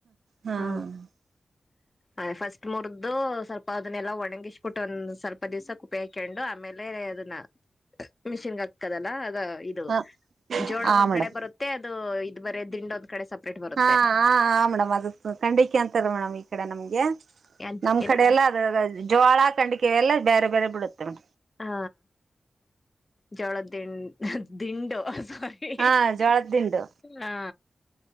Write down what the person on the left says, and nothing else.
ಹ ಅದ ಫಸ್ಟ್ ಮುರ್್ದು ಸ್ವಲ್ಪ ಅದನ್ನೆಲ್ಲ ಒ ನಂಗೆ ಇಷ್ಟುಟ್ಟ ಒಂದು ಸ್ಲ್ಪ ಪ್ಪ ದಿವ್ಸ ಕುಪ್ಪಿ ಹಾಕೊಂಡು ಆಮೇಲೆ ಅದನ್ನ ಮಿಷಿನ್ಗೆ ಹಾತದಲ್ಲ ಇದು
ಜೋಳ
ಒಂದ್
ಕಡೆ ಬರುತ್ತೆ ಇ ಇದ್ ಬರ ದಂಡೋದ್ ಕಡೆ ಸಪ್ರೇಟ್ ಬರುತ್ತೆ
ಅದ್
ಏನ
ಹಾ ಜೋಳ ದಿಂಡ ದಿಂಡು ಸಾರಿ
ಹಾ